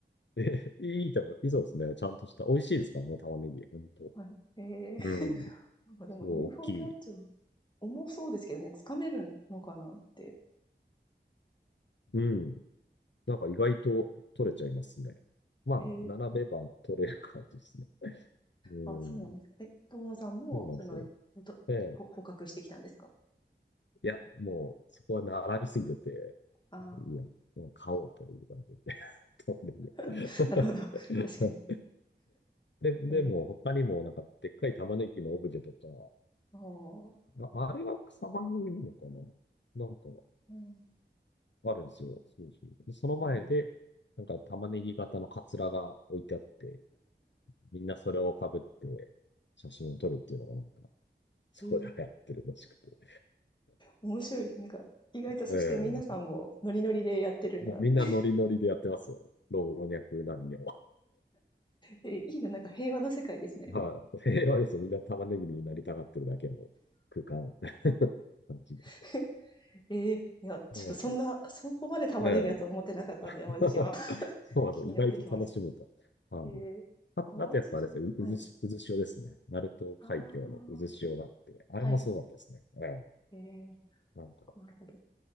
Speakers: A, on the left (about 70°); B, on the left (about 25°).
A: え、いい玉、いいそうですね。ちゃんとした。美味しいですからね、玉ねぎ。ほんと。
B: はい。ええー
A: うん。
B: なんかでも
A: すごい大きい。
B: UFO キャッチャー、重そうですけどね、掴めるのかなって。
A: うん。なんか意外と取れちゃいますね。まあ、
B: へえ。
A: 並べば取れる感じですね。うん。
B: あ、そうなんですか。え、友野さんも、
A: そうなんですよ。
B: その、とほ捕獲してきたんですか
A: ええいや、もう、そこは並びすぎてて、
B: ああ、
A: うん。もう買おうという感じで。<laughs> 取んでみよう
B: <laughs> なるほど。<laughs>
A: <laughs>
B: 確かに。
A: で、でも、
B: ええ
A: 他にも、なんか、でっかい玉ねぎのオブジェとか、
B: ああ、
A: あ、あれは草番組なのかななんか、
B: うん、
A: あるんですよ。そうそう。で、その前で、
B: ええ
A: なんか、玉ねぎ型のカツラが置いてあって、みんなそれをかぶって、写真を撮るっていうのが、なんか、そこで流行ってるらしくて。
B: えー面白いです。なんか、意外とそして皆さんもノリノリでやってるんだなって。
A: <laughs> ええもうみんなノリノリでやってますよ。老若男女は。
B: えーいいな、なんか平和な世界ですね。
A: はい。平和ですよ。みんな玉ねぎになりたがってるだけの空間。<laughs> 感じで。
B: <laughs> ええいや、ちょっとそんな、
A: そうそう。
B: そこまで玉ねぎだと思ってなかったんで、
A: ええ
B: 淡路島。
A: <laughs>
B: <laughs>
A: そうなんですよ。
B: 気になってきまし
A: 意外と楽しめた。あの、
B: た。ええ淡路島はい。
A: あ、あとやっぱあれですね、う、うずし、渦潮ですね。鳴門海峡の渦潮があって、
B: ああ、
A: あれもすごかったですね。
B: はい。
A: ええ、
B: ええ、
A: なんか、
B: なるほど。